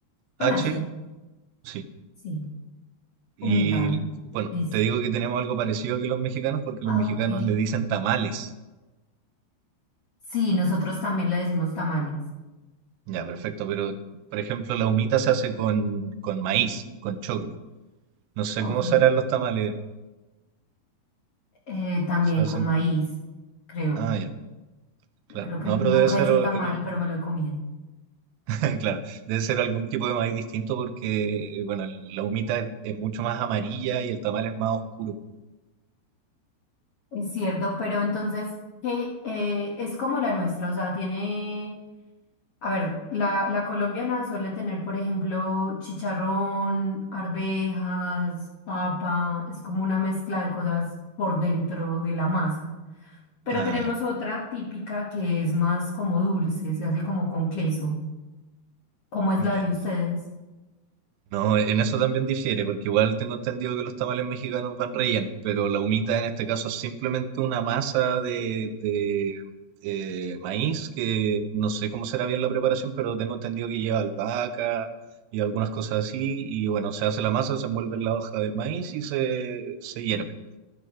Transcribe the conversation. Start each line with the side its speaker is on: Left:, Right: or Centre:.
Left: Con
Right: H,
Left: H.
Right: sí.
Left: Sí,
Right: Y
Left: humita.
Right: bueno,
Left: Listo.
Right: te digo que tenemos algo parecido que los mexicanos porque
Left: Ah,
Right: los mexicanos
Left: ok.
Right: le dicen tamales.
Left: Sí, nosotros también le decimos tamales.
Right: Ya, perfecto, pero por ejemplo, la humita se hace con, con maíz, con choclo. No sé
Left: Ok.
Right: cómo se harán los tamales.
Left: Eh, también
Right: Se hacen-
Left: con maíz, creo.
Right: Ah, ya, claro.
Left: Creo que
Right: No,
Left: nunca
Right: pero debe ser
Left: he hecho
Right: un...
Left: un tamal, pero me lo he comido.
Right: <laughs> Claro, debe ser algún tipo de maíz distinto porque, eh, bueno, la humita es, es mucho más amarilla y el tamal es más oscuro.
Left: Es cierto, pero entonces, ¿qué eh, es como la nuestra? O sea, tiene, a ver, la, la colombiana suele tener, por ejemplo, chicharrón, arvejas, papa, es como una mezcla de cosas por dentro de la masa. Pero
Right: Ah,
Left: tenemos
Right: ya,
Left: otra típica que es más como dulce, se hace como con queso. ¿Cómo es
Right: ya.
Left: la de ustedes?
Right: No, en eso también difiere, porque igual tengo entendido que los tamales mexicanos van rellenos, pero la humita en este caso es simplemente una masa de, de, eh, maíz, que no sé cómo será bien la preparación, pero tengo entendido que lleva albahaca y algunas cosas así, y bueno, se hace la masa, se envuelve en la hoja del maíz y se, se hierve.